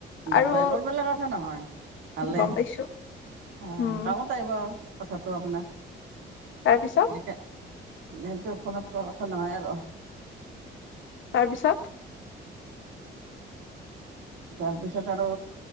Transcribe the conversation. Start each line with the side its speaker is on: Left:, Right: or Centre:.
Left: আৰু
Right: ভয় কৰিব লগা কথা নহয় ভালে
Left: গম পাইছো।
Right: অ
Left: উম
Right: কামত আহিব। কথাাটো আপোনাৰ।
Left: তাৰ পিছত।
Right: সেইকা সেইটো ফোনত কোৱা কথা নহয় আৰু।
Left: তাৰ পিছত।
Right: তাৰপিছত আৰু